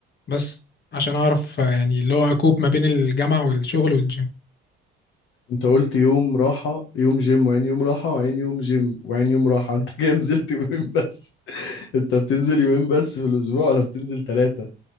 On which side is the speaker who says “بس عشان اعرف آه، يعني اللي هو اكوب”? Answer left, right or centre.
Left